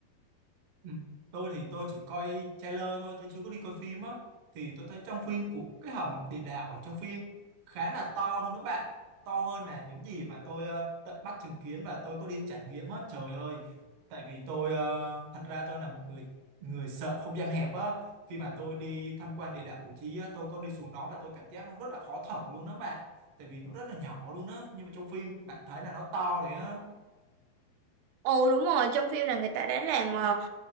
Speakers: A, on the right (about 70°); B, on the right (about 85°).
A: Ừ. Tôi thì tôi chỉ coi trailer thôi, tôi chưa có đi coi phim á. Thì tôi thấy trong phim của cái hầm địa đạo ở trong phim khá là to luôn đó bạn. To hơn là những gì mà tôi ờ, tận mắt chứng kiến và tôi có đi trải nghiệm á. Trời ơi, tại vì tôi ờ, thật ra tôi là một người người sợ không gian hẹp á. Khi mà tôi đi tham quan địa đạo Củ Chi á, tôi có đi xuống đó và tôi cảm giác nó rất là khó thở luôn đó bạn. Tại vì nó rất là nhỏ luôn á, nhưng mà trong phim bạn thấy là nó to đấy á.
B: ồ đúng rồi trong phim là người ta đã làm ờ,